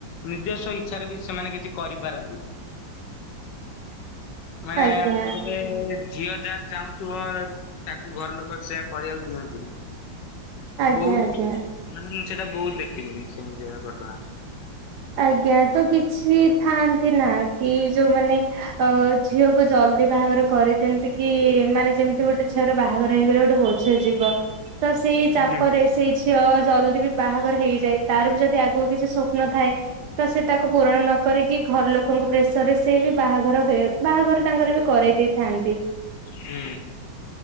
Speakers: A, on the left; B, on the right.
A: ନିଜସ୍ୱ ଇଚ୍ଛାରେ ବି ସେମାନେ କିଛି କରିପାରନ୍ତିନି। ମାନେ
B: ଆଜ୍ଞା।
A: ଗୁ ସେ ଝିଅ ଯାହା ଚାହୁଁଥିବ ତାକୁ ଘର ଲୋକ ସେୟା କରିବାକୁ ଦିଅନ୍ତି ନି।
B: ଆଜ୍ଞା
A: ବହୁତ
B: ଆଜ୍ଞା।
A: ମାନେ ମୁଁ ସେଇଟା ବହୁତ ଦେଖିଲିଣି ସେମିତିୟା ଘଟଣା।
B: ଆଜ୍ଞା ତ କିଛି ଥାଆନ୍ତି ନା କି ଯୋଉମାନେ ଅ ଝିଅକୁ ଜଲ୍ଦି ବାହାଘର କରିଦିଅନ୍ତି କି ମାନେ ଯେମିତି ଗୋଟେ ଛିଅର ବାହାଘର ହେଇଗଲେ ଗୋଟେ ବୋଝ ଯିବ। ତ ସେଇ
A: ହୁଁ
B: ଚାପରେ ସେଇ ଝି ଝିଅ ଜଲ୍ଦି ବି ବାହାଘର ହେଇଯାଏ ତାର ବି ଯଦି ଆଗକୁ କିଛି ସ୍ୱପ୍ନ ଥାଏ। ତ ସେ ତାକୁ ପୂରଣ ନ କରିକି ଘର ଲୋକଙ୍କୁ ପ୍ରେସର ରେ ସେ ବି ବାହାଘର ହେଉ ବାହାଘର ତାଙ୍କର ବି କରେଇ ଦେଇଥାନ୍ତି।
A: ହୁଁ।